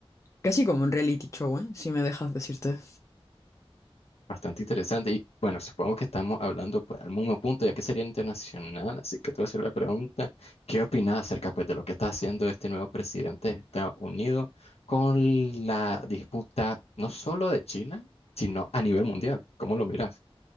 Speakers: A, on the left; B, on the left.
A: Casi como un reality show, ¿eh? Si me dejas decirte.
B: Bastante interesante. Y bueno, supongo que estamos hablando pues, al mismo punto, ya que sería internacional. Así que te voy a hacer la pregunta, ¿qué opinas acerca pues, de lo que está haciendo este nuevo presidente de Estados Unidos con la disputa no solo de China, sino a nivel mundial? ¿Cómo lo miras?